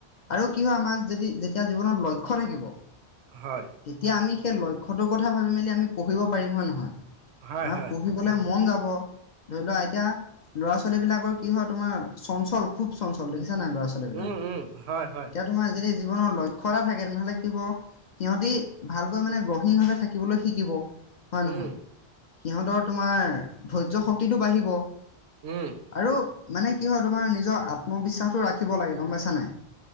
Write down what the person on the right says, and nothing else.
হয়
হয়
হয়
উম উম হয় হয়
উম
উম